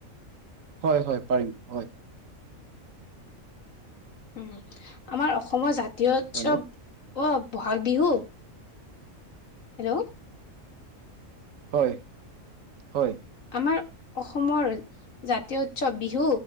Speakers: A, on the right; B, on the left.
A: হয় হয় পাৰিম হয়।
B: উমঁ' আমাৰ অসমৰ জাতীয় উৎসৱ-
A: হেল্ল'
B: অঁ' বহাগ বিহু, হেল্ল'।
A: হয়, হয়।
B: আমাৰ অসমৰ- জাতীয় উৎসৱ বিহু